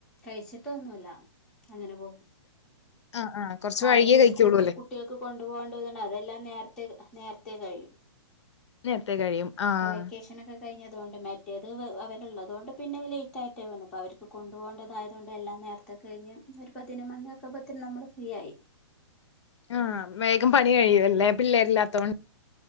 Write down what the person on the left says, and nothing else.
ആഹ് ആഹ് കൊറച്ച്
വൈകിയേ കഴിക്കുള്ളൂ
അല്ലേ
നേരത്തെ കഴിയും ആഹ്
ആഹ് വേഗം പണി കഴിയു അല്ലേ പിള്ളേരില്ലാത്തോണ്ട്